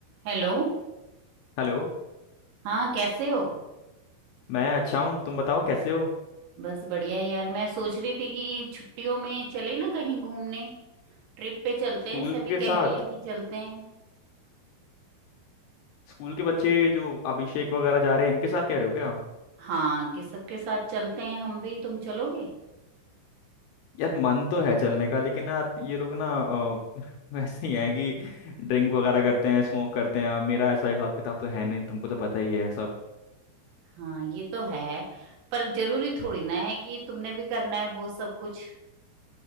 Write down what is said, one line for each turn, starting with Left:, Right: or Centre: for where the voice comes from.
Right: Hello
Left: Hello
Right: हाँ कैसे हो
Left: मैं अच्छा हूँ तुम बताओ कैसे हो
Right: बस बढ़िया है यार मैं सोच रही थी कि छुट्टियों में चले ना कहीं घूमने ट्रिप पे चलते
Left: स्कूल
Right: हैं सभी
Left: के
Right: कह
Left: साथ
Right: रहे हैं कि चलते हैं
Left: स्कूल के बच्चे जो अभिषेक वगैरह जा रहे हैं इनके साथ कह रहे हो क्या
Right: हाँ कि सबके साथ चलते हैं हम भी तुम चलोगे
Left: यार मन तो है चलने का लेकिन यार ये लोग ना अ, <laughs> वैसे ही हैं कि ड्रिंक वगैरह करते हैं स्मोक करते हैं अब मेरा ऐसा हिसाब किताब तो है नहीं तुमको तो पता ही है सब
Right: हाँ ये तो है पर जरूरी थोड़ी ना है कि तुमने भी करना है वो सब कुछ